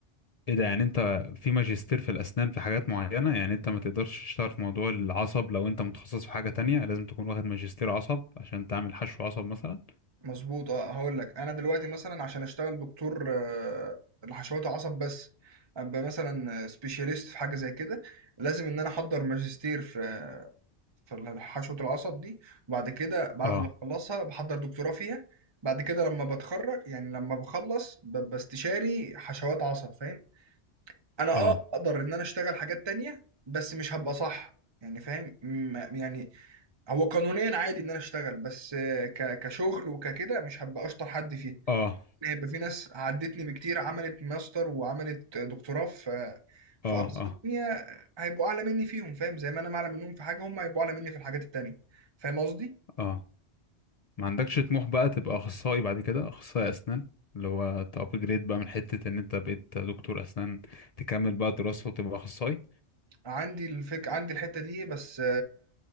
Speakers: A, on the left; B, on the right.
A: ايه ده يعني انت في ماجستير في الاسنان في حاجات معينة يعني انت ما تقدرش تشتغل في موضوع العصب لو انت متخصص في حاجة تانية لازم تكون واخد ماجستير عصب عشان تعمل حشو عصب مثلا
B: مظبوط اه هقول لك انا دلوقتي مثلا عشان اشتغل دكتور آه، لحشوات عصب بس ابقى مثلا سبيشاليست في حاجه زي كده لازم ان انا احضر ماجستير في في حشوه العصب دي وبعد كده بعد
A: اه
B: ما اخلصها بحضر دكتوراه فيها بعد كده لما بتخرج يعني لما بخلص ببقى استشاري حشوات عصب فاهم انا اه
A: اه
B: اقدر ان انا اشتغل حاجات تانية بس مش هبقى صح يعني فاهم م- يعني هو قانونيا عادي ان انا اشتغل بس آه، ك... كشغل وككده مش هبقى اشطر حد فيها
A: اه
B: لأن هيبقى في ناس عدتني بكتير عملت ماستر وعملت دكتوراه في في
A: اه
B: اقسام
A: اه
B: تانية هيبقوا اعلى مني فيهم فاهم زي ما انا اعلى منهم في حاجه هم هيبقوا اعلى مني في الحاجات التانية فاهم قصدي
A: اه ما عندكش طموح بقى تبقى اخصائي بعد كده اخصائي اسنان اللي هو تابجريد بقى من حتة ان انت بقيت دكتور اسنان تكمل بقى دراسة وتبقى اخصائي
B: عندي الفك عندي الحته دي بس